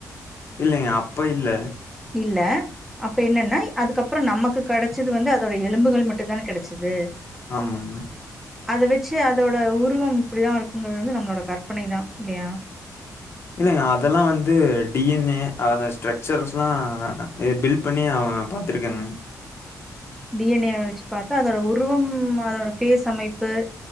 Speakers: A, on the left (about 40°); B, in the centre.
A: இல்லைங்க அப்ப இல்ல
B: இல்ல அப்ப என்னன்னா அதுக்கப்புறம் நமக்கு கெடைச்சது வந்து அதோட எலும்புகள் மட்டும்தானே கெடைச்சது
A: ஆமாங்க
B: அத வச்சு அதோட உருவம் இப்டிதா இருக்குங்கிறது வந்து நம்மளோட கற்பனை தா இல்லையா
A: இல்லைங்க அதெல்லா வந்து டி என் ஏ அத ஸ்ட்ரக்சர்ஸ்லா ஏ பில் ப்பனியே அவங்க பாத்தருக்கங்க
B: டி என் ஏவே வெச்சுப் பாத்தா அதோட உருவம் அதோட ஃபேஸ் அமைப்பு